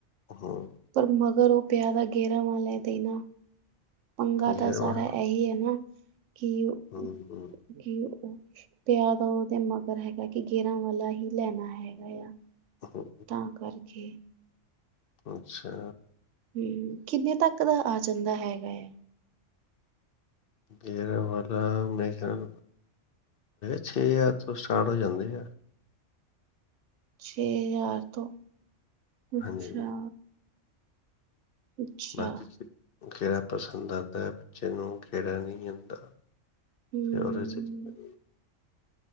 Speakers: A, on the left; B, on the right.
A: ਹੂੰ
B: ਪਰ ਅਗਰ ਉਹ ਪਿਆ ਦਾ ਗੇਰ, <unintelligible> ਦੇ ਨਾ ਪੰਗਾ
A: ਗੇਅਰਵਾਲ
B: ਤਾਂ ਸਾਰਾ ਐਹੀ ਹੈ ਨਾ, ਕੀ-ਕੀ,
A: ਹੂੰ
B: ਤੇ ਆਹ ਤਾਂ ਔਦੇ ਮਗਰ ਹੈਗਾ, ਕਿ ਗੇਅਰਾਂ ਵਾਲਾ ਹੀ ਲੈਣਾ ਹੈਗਾ ਆ।
A: ਹੂੰ
B: ਤਾਂ ਕਰਕੇ,
A: ਅੱਛਾ,
B: ਹੂੰ, ਕਿੰਨੇ ਤੱਕ ਦਾ ਆ ਜਾਂਦਾ ਹੈ। ਮੈਂ
A: ਜਰਾ ਮਤਲਬ, ਮੈਕਸੀਮਲ ਛੇ ਹਜ਼ਾਰ ਤੋਂ ਸਟਾਰਟ ਹੋ ਜਾਂਦੇ ਐ।
B: ਛੇ ਹਜ਼ਾਰ ਤੋਂ। ਅੱਛਾ,
A: ਹਾਂਜੀ
B: ਅੱਛਾ
A: ਬਾਕੀ ਕਿਹੜਾ ਪਸੰਦ ਆਂਦਾ ਐ ਬੱਚੇ ਨੂੰ, ਕਿਹੜਾ ਨਹੀਂ ਆਂਦਾ।
B: ਹੂੰ
A: ਤੇ ਹੋਰ ਛੇਤੀ ਕਰ।